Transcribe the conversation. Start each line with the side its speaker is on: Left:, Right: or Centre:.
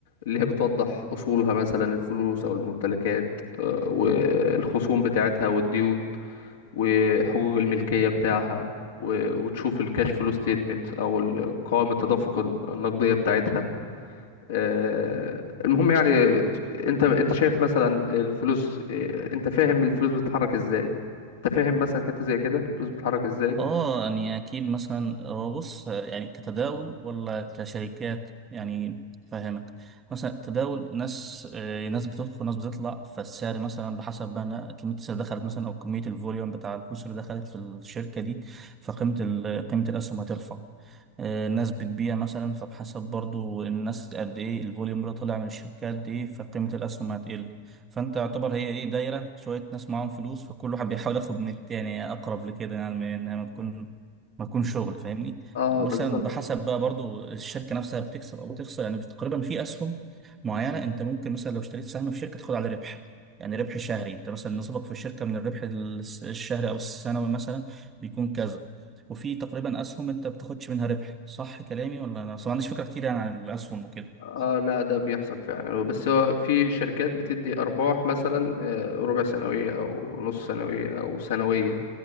Left: اللي هي بتوضح اصولها مثلا الفلوس او الممتلكات آه، والخصوم بتاعتها والديون وحقوق الملكية بتاعها و- وتشوف الكاش فلو ستيتمنت او ال- قوائم التدفق النقدية بتاعتها آه، المهم يعني انت انت شايف مثلا الفلوس آه، انت فاهم الفلوس بتتحرك ازاي انت فاهم مثلا حتة زي كده الفلوس بتتحرك ازاي
Right: اه يعني اكيد مثلا هو بص يعني كتداول ولا كشركات يعني فاهمك مثلا تداول ناس آه، ناس بتدخل ناس بتطلع فالسعر مثلا بحسب بقى إنها كميه السعر دخلت مثلا او كميه الفوليوم بتاع الفلوس اللي دخلت في الشركه دي فقيمه ال- قيمه الاسهم هترفع آه، الناس بتبيع مثلا فبحسب برضو الناس قد ايه الفوليوم اللي طلع من الشركه قد ايه فقيمه الاسهم هتقل فانت يعتبر هي ايه دايره شويه ناس معاهم فلوس فكل واحد بيحاول ياخد من التاني اقرب لكده يعني من انها ما تكون ما تكون شغل فاهمني
Left: اه
Right: مثلا
Left: بالظبط
Right: بحسب بقى برضو الشركه نفسها بتكسب او تخسر يعني تقريبا في اسهم معينه انت ممكن مثلا لو اشتريت سهم في شركه تاخد على ربح يعني ربح شهري انت مثلا نصيبك في الشركه من الربح الس- الشهري او السنوي مثلا بيكون كذا وفي تقريبا اسهم انت بتاخدش منها ربح صح كلامي ولا انا اصلا ما عنديش فكره كتير يعني عن الاسهم وكده
Left: اه لا ده بيحصل فعلا بس هو في شركات بتدي ارباح مثلا آه، ربع سنوية او نص سنوية او سنوية